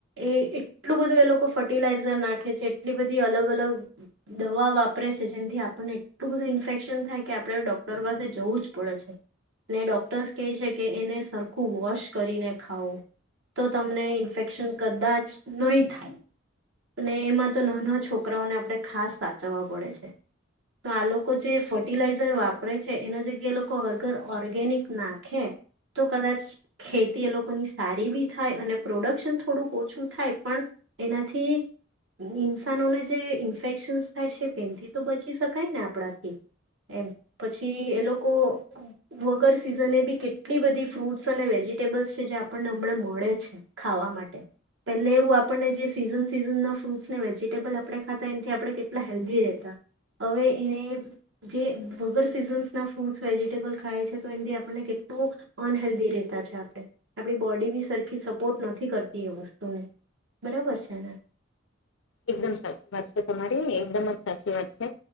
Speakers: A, on the right (about 70°); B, on the left (about 70°).
A: એ એટલું બધું એ લોકો ફર્ટિલાઇઝર નાખે છે એટલી બધી અલગ અલગ દવા વાપરે છે જેથી આપણને એટલું બધું ઇન્ફેક્શન થાય કે આપણે ડોક્ટર પાસે જવું જ પડે છે ને ડોક્ટર્સ કે છે કે એને સરખું વોશ કરીને ખાવું તો તમને ઇન્ફેક્શન કદાચ નહીં થાય અને એમાં તો ના ના છોકરાઓને આપડે ખાસ સાચવવા પડે છે તો આ લોકો લોકો જે ફર્ટિલાઇઝર વાપરે છે એના જગ્યાએ એ લોકો વગર ઓર્ગેનિક નાખે તો કદાચ ખેતી એ લોકોની સારી બી થાય અને પ્રોડક્શન થોડુંક ઓછું થાય પણ એનાથી થી ઇન્સાનોને જે ઇન્ફેક્શન્સ થાય છે તેથી તો બચી શકાય ને આપણાથી એમ પછી એ લોકો વગર સિઝને બી કેટલી બધી ફ્રૂટ્સ અને વેજીટેબલ્સ છે જે આપણને હમણાં મળે છે ખાવા માટે પહેલે એવું આપણને જે સીઝન સીઝન્સના ફ્રૂટ્સ ને વેજીટેબલ આપણે ખાતા એથી આપણે કેટલા હેલ્ધી રહેતા હવે એ જે વગર સીઝન્સના ફ્રૂટ્સ વેજીિટેબલ ખાય છે તો એથી આપણને કેટલું અનહેલ્ધી રહેતા છે આપણે આપણી બોડી બી સરખી સપોર્ટ નથી કરતી એ વસ્તુને બરાબર છેને
B: એકદમ સાચી વાત છે તમારી એકદમ જ સાચી વાત છે